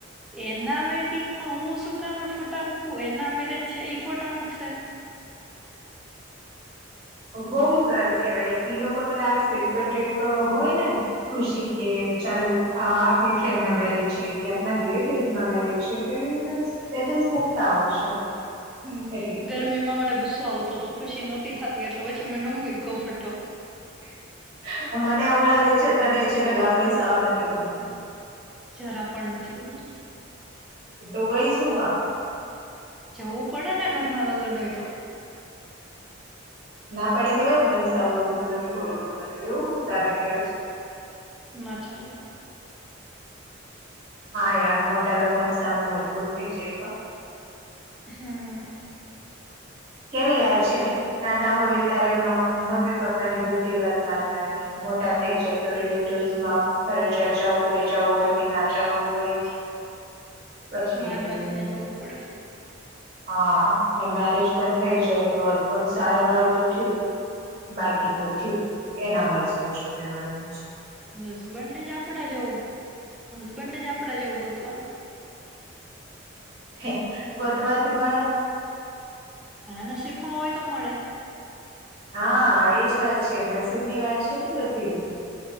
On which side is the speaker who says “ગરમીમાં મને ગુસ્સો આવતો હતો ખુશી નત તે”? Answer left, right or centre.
Centre